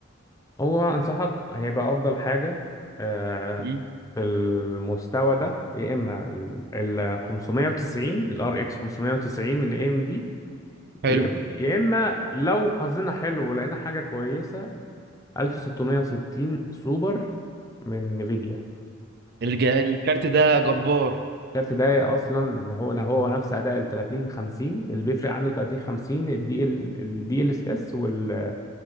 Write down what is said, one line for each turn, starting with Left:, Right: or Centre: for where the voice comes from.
Left: هو انصحك هيبقى افضل حاجة آه،
Right: مم.
Left: في المستوى ده يا اما ال ال 590 الار اكس 590 من اي ام دي
Right: حلو
Left: يا إما- يا اما لو حظنا حلو ولقينا حاجة كويسة 1660 سوبر من نيفيديا
Right: الج... الكارت ده جبار
Left: الكارت ده اصلا هو انا هو نفس اداء ال 30 50 اللي بيفرق عنه 30 50 الدي ال الدي ال اس اس وال